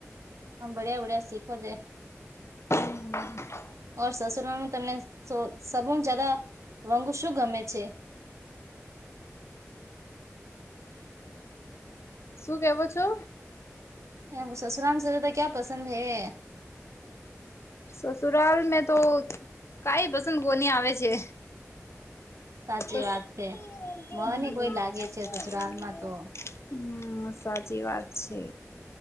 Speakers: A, on the right; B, on the left.
A: હમ, બળિયા બળ્યા શીખોજે.
B: <unintelligible>
A: ઓર સસુરમાં તમને સબ જદા વાંગુ શું ગમે છે?
B: શું કેવો છો?
A: એ સસુરાલને ક્યા પસંદ હૈ?
B: સસુરાલ મેં તો કઈ પસંદ કોની આવે છે. <unintelligible>
A: સાચી વાત છે મને કોઈ લાગે છે સસુરાલમાં તો
B: હમ, સાચી વાત છે.